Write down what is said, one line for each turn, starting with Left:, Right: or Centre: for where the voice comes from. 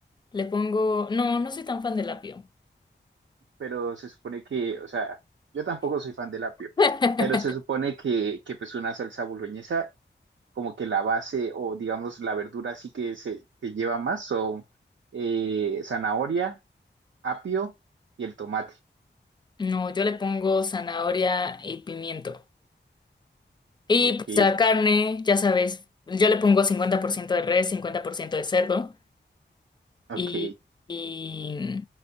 Left: le pongo, no, no soy tan fan del apio.
Right: pero se supone que, o sea, yo tampoco soy fan del apio,
Left: <laughs>
Right: pero se supone que, que pues una salsa boloñesa, como que la base o digamos la verdura así que se que lleva más son eh, zanahoria, apio y el tomate.
Left: No, yo le pongo zanahoria y pimiento. Y
Right: Ok,
Left: pues la carne, ya sabes, yo le pongo 50% de res, 50% de cerdo
Right: ok.
Left: y, y,